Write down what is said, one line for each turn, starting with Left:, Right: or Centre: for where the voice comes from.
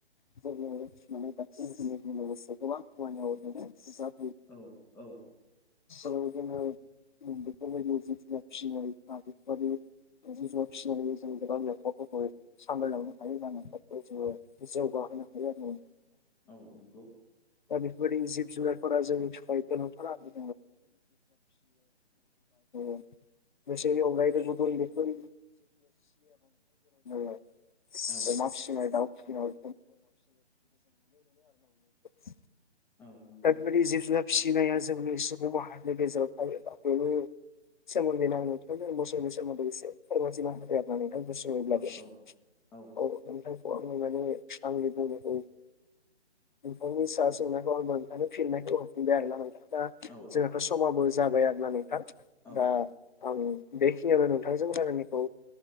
Left: बेयो <unintelligible> इन्टारनेटनि लोगोसे गोबां खामानियाव बिदिनो बिजाब
Centre: औ औ
Left: ओं जोङो उम बेफोर बायदिनो जिब-जुनार <unintelligible> इदिनो जुनार फिसिनाबो जों गोबां न'खरफोरखौहाय सामलायलाङो। <unintelligible> जौगा होनो हायो आरो उम
Centre: औ नोंगौ।
Left: दा बेफोर बायदि जिब-जुनारफोरा जोंनि थाखाय गोनांथार आरो <unintelligible> <unintelligible> बेसोरनि अनगायैबो गुबुन बेफोर <unintelligible>
Centre: औ
Left: अमा फिसिनाय दाउ फिसिनाय <unintelligible>
Centre: औ नंगौ
Left: दा बेबायदि जिब-जुनार फिसिनाया जोंनि सुबुं माहारिनि गेजेराव थायोबा बेबो <unintelligible> <unintelligible>
Centre: औ औ
Left: जायखौ आङो माने आंनि बुंनायखौ नोंथां सा सोंनायखौ फिननायखौ हरफिनबाय आरोना नोंथां दा
Centre: औ
Left: जोंहाथ' समाबो जाबाय आरोना नोंथां।
Centre: औ
Left: दा आं बेखिनियावनो नोंथांजों रायलायनायखौ